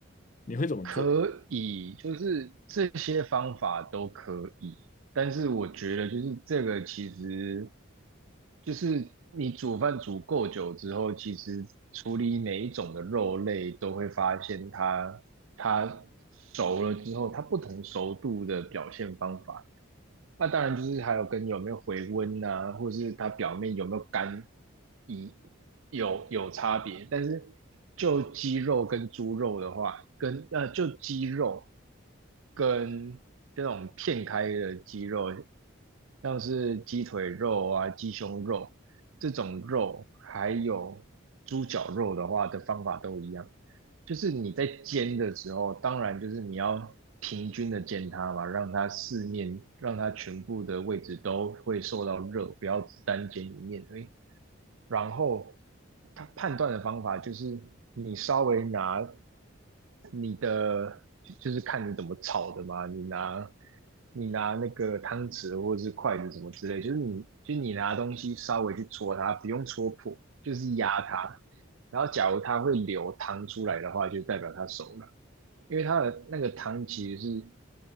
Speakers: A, on the left; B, on the right.
A: 你会怎么做？
B: 可以，就是这些方法都可以。但是我觉得就是这个其实就是你煮饭煮够久之后，其实处理每一种的肉类都会发现它它熟了之后，它不同熟度的表现方法那当然就是还有跟有没有回温啊，或者是它表面有没有干，一有有差别。但是就鸡肉跟猪肉的话，跟呃就鸡肉跟这种片开的鸡肉，像是鸡腿肉啊、鸡胸肉这种肉，还有猪脚肉的话的方法都一样，就是你在煎的时候，当然就是你要平均的煎它嘛，让它四面，让它全部的位置都会受到热，不要只单煎一面而已。然后他判断的方法就是你稍微拿你的，就就是看你怎么炒的嘛，你拿你拿那个汤匙或者是筷子什么之类，就是你就是你拿东西稍微去戳它，不用戳破，就是压它。然后假如它会流汤出来的话，就代表它熟了。因为它的那个汤其实是